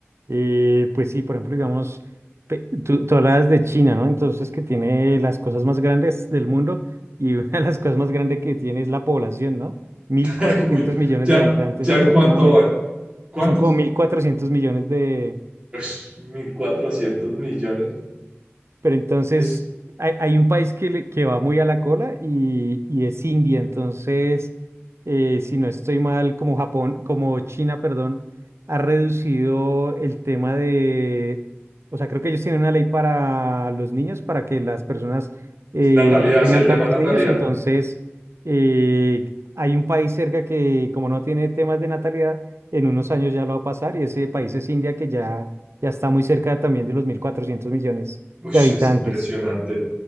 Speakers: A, on the right; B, on the right.
A: Eh, pues sí, por ejemplo, digamos, pe- tú, tú hablabas de China, ¿no? Entonces, que tiene las cosas más grandes del mundo y una de las cosas más grandes que tiene es la población, ¿no? mil
B: <laughs>
A: cuatrocientos
B: Uy,
A: millones
B: ya,
A: de habitantes
B: ya
A: aproximadamente.
B: en cuánto van. ¿Cuántos?
A: Son como 1.400 millones de,
B: Ush, 1.400 millones.
A: Pero entonces
B: Es
A: hay, hay un país que, le- que va muy a la cola y, y es India. Entonces, eh, si no estoy mal, como Japón, como China, perdón, ha reducido el tema de, o sea, creo que ellos tienen una ley para los niños, para que las personas eh,
B: natalidad,
A: no tengan
B: sí, el tema
A: tantos
B: natalidad.
A: niños. Entonces, eh, hay un país cerca que como no tiene temas de natalidad, en unos años ya lo va a pasar y ese país es India que ya, ya está muy cerca también de los 1.400 millones
B: Uy,
A: de
B: es
A: habitantes.
B: impresionante.